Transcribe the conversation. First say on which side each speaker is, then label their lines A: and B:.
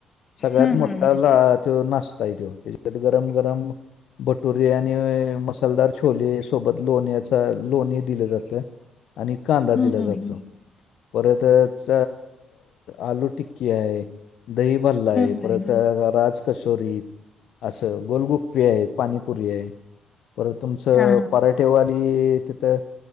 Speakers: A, on the left; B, on the left.
A: सगळ्यात
B: हम्म
A: मोठ्या
B: हम्म
A: ला त्यो नाष्टाए त्यो. त्याच्यात गरम गरम भटुरीे आणि मसालदार छोले सोबत लोण्याचा लोणी दिलं जातं. आणि कांदा
B: हम्म
A: दिला
B: हम्म हम्म
A: जातो. परत च आलू टिक्की आहे. दही भल्लाये
B: हम्म हम्म
A: परत
B: हम्म हम्म
A: राज कचोरी, असं गोलगुप्पे आहेत, पाणीपुरी आहे. पर तुमचं
B: हा
A: पराठेवाली तिथं